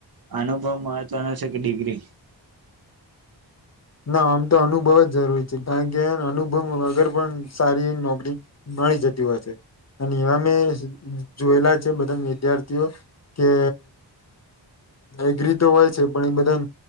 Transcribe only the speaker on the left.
<inaudible> ના આમ તો અનુભવ જ જરૂરી છે કારણ કે અનુભવ વગર પણ સારી નોકરી મળી જતી હોય છે. અને એવા મેં જોયેલા છે બધા વિદ્યાર્થીઓ કે એગ્રી તો હોય છે પણ એ બધા